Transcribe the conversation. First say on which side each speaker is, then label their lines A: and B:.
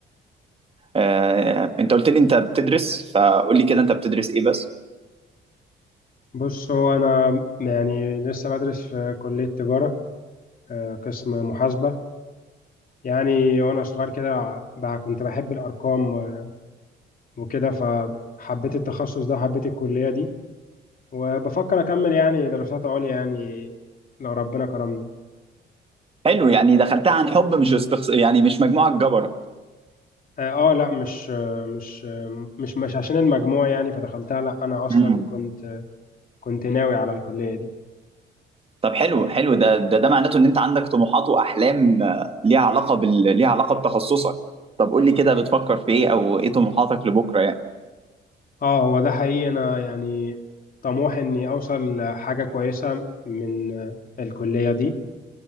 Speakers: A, on the right; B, on the left.
A: آه، انت قلت لي انت بتدرس فقول لي كده انت بتدرس ايه بس
B: بص هو أنا يعني لسه بدرس في كلية تجارة آه قسم محاسبة يعني وأنا صغير كده بقى كنت بحب الأرقام و- وكده فحبيت التخصص ده وحبيت الكلية دي وبفكر أكمل يعني دراسات عليا يعني لو ربنا كرمني
A: حلو يعني دخلتها عن حب مش استخص... يعني مش مجموعة جبرة
B: آه آه، لأ مش آه، مش آه، مش مش عشان المجموع يعني فدخلتها لأ أنا أصلا
A: مم.
B: كنت كنت ناوي على الكلية دي
A: طب حلو حلو ده ده ده معناته ان انت عندك طموحات واحلام آه، ليها علاقة بال... ليها علاقة بتخصصك طب قول لي كده بتفكر في ايه او ايه طموحاتك لبكرة يعني
B: اه هو ده حقيقي انا يعني طموحي اني اوصل لحاجه كويسه من الكليه دي